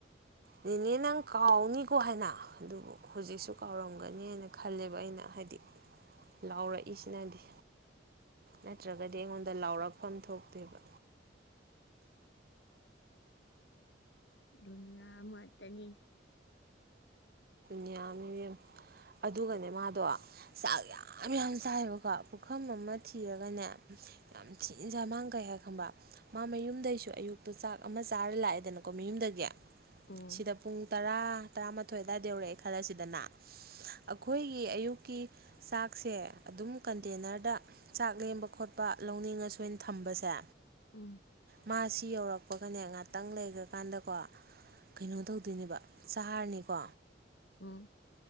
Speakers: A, on the right; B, on the left.
A: ꯅꯦꯅꯦ ꯅꯪ ꯀꯥꯎꯅꯤꯀꯣ ꯍꯥꯏꯅ ꯑꯗꯨꯕꯨ ꯍꯧꯖꯤꯛꯁꯨ ꯀꯥꯎꯔꯝ ꯉꯪꯒꯅꯦꯅ ꯈꯜꯂꯦꯕ ꯑꯩꯅ ꯍꯥꯏꯗꯤ ꯂꯥꯎꯔꯛꯏꯁꯤꯅꯗꯤ ꯅꯠꯇ꯭ꯔꯒꯗꯤ ꯑꯩꯉꯣꯟꯗ ꯂꯥꯎꯔꯛꯐꯝ ꯊꯣꯛꯇꯦꯕ
B: ꯗꯨꯅꯤꯌꯥ ꯑꯃꯠꯇꯅꯤꯗꯤ
A: ꯅꯤꯌꯥ ꯃꯦꯝ ꯑꯗꯨꯒꯅꯦ ꯃꯥꯗꯣ ꯆꯥꯛ ꯌꯥꯝ ꯌꯥꯝ ꯆꯥꯏꯕꯀꯣ ꯄꯨꯈꯝ ꯑꯃ ꯊꯤꯔꯒꯅꯦ ꯌꯥꯝ ꯊꯤꯟꯅ ꯆꯥꯏ ꯃꯥꯅꯀꯩꯍꯥꯏ ꯈꯪꯕꯔ ꯃꯥ ꯃꯌꯨꯝꯗꯩꯁꯨ ꯑꯌꯨꯛꯇꯨ ꯆꯥꯛ ꯑꯃ ꯆꯥꯔ ꯂꯥꯛꯑꯦꯗꯅꯀꯣ ꯃꯌꯨꯝꯗꯒꯤ
B: ꯎꯝ
A: ꯁꯤꯗ ꯄꯨꯡ ꯇꯔꯥ ꯇꯔꯥ ꯃꯥꯊꯣꯏ ꯀꯗꯥꯏꯗ ꯌꯧꯔꯛꯑꯦ ꯈꯜꯂꯁꯤꯗꯅ ꯑꯩꯈꯣꯏꯒꯤ ꯑꯌꯨꯛꯀꯤ ꯆꯥꯛꯁꯦ ꯑꯗꯨꯝ ꯀꯟꯇꯦꯅꯔꯗ ꯆꯥꯛ ꯂꯦꯝꯕ ꯈꯣꯠꯄ ꯂꯧꯅꯤꯡ ꯑꯁꯨ ꯑꯩꯅ ꯊꯝꯕꯁꯦ
B: ꯎꯝ
A: ꯃꯥꯁꯤ ꯌꯧꯔꯛꯄꯒꯅꯦ ꯉꯥꯛꯇꯪ ꯂꯩꯈ꯭ꯔ ꯀꯥꯟꯗꯀꯣ ꯀꯩꯅꯣ ꯇꯧꯗꯣꯏꯅꯦꯕ ꯆꯍꯥꯔꯅꯤꯀꯣ
B: ꯎꯝ